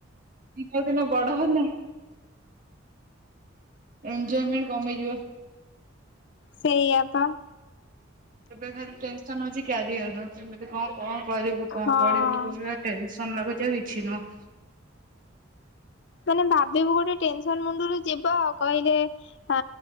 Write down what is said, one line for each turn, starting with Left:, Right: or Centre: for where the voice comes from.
Right: ଦିନକୁ ଦିନ ବଡ ହେଲେ ଏଞୟମେଣ୍ଟ୍ କମିଯିବ।
Left: ସେଇଆ ପା।
Right: ଏବେ ଖାଲି ଟେନସନ୍ ହଉଚି କ୍ୟାରିଅର ର କେମିତି କଣ୍ କଣ୍ କରିବୁ କଣ୍
Left: ହଁ।
Right: ପଢିବୁୁ ଦୁନିଆରେ। ଟେନସନ୍ ଲାଗୁଚି ଆଉ କିଛି ନୁହଁ।
Left: ମାନେ ଭାବିିବୁ ଗୋଟେ ଟେନସନ ମୁଣ୍ଡରୁ ଯିବ କହିଲେ ହ